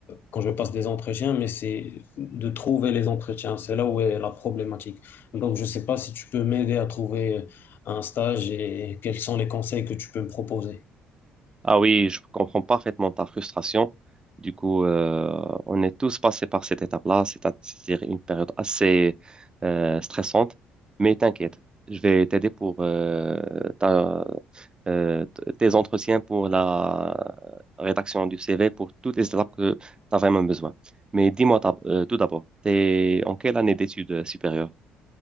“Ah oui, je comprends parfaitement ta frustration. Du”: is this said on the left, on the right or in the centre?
Right